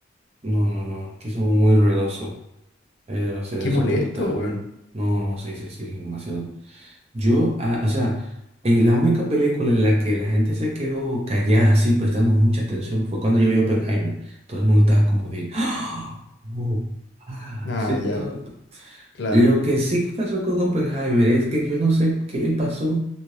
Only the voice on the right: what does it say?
No, no, no, aquí somos muy ruidosos. es va a ser
insoportable.
No, no, sí, sí, sí, demasiado. Yo, ah, o sea, en la única película en la que la gente se quedó callada, así, prestando mucha atención, fue cuando yo vi Oppenheimer. Todo el mundo estaba como de, ¡Ah! ¡Oh! ¡Ah!
Sí,
todo.
Lo que sí que pasó con Oppenheimer es que yo no sé qué le pasó